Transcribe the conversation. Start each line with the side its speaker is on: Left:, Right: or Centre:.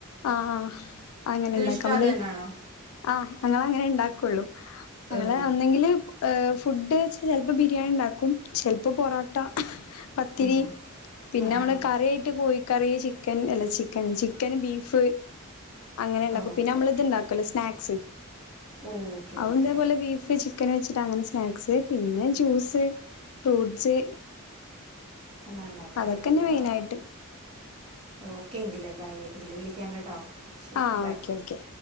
Left: ആ അങ്ങനെ ഉണ്ടാക്ക
Right: ഇഷ്ടം
Left: നമ്മള
Right: അത് തന്നെയാണോ
Left: ആ് ഞങൾ അങ്ങനെ ഉണ്ടാക്കുള്ളു. അങ്ങെ
Right: ഏ,
Left: ഒന്നെങ്കിൽ ഹ <unintelligible> ഫുഡ് വെച്ചാൽ ചിലപ്പോ ബിരിയാണി ഉണ്ടാക്കും. ചിലപ്പോ പൊറോട്ട. പത്തിരി
Right: ഉം.
Left: പിന്നെ
Right: ഉം
Left: നമ്മള്
Right: ആ
Left: കറിയായിട്ട് കോഴിക്കറി ചിക്കൻ അല്ല ചിക്കൻ ചിക്കന് ബീഫ്- ഫ് അങ്ങനെ ഉണ്ടാക്കും
Right: ആ ഓക്കെ
Left: പിന്നെ നമ്മളിത്ണ്ടാക്കല്ലോ
Right: ഓക്കെ
Left: സ്നാക്സ്
Right: ഓക്കെ
Left: അത്
Right: ഓക്കെ
Left: ഇതേപോലെ ബീഫ് ചിക്കൻ വെച്ച് ങ്ങനെ സ്നാക്സ് പിന്നെ ജ്യൂസ് ഫ്രൂട്ട്സ്-
Right: എന്നാൽ ഉണ്ടാക്കാറുണ്ടല്ലേ
Left: അതൊക്കെന്നെ മെയിനായിട്ട്.
Right: ഓ ഓക്കെ എങ്കില് ബൈ എങ്കില് വിളിക്കാൻ കേട്ടോ. ശരി
Left: ആ
Right: ബൈ
Left: ഓക്കെ ഓക്കെ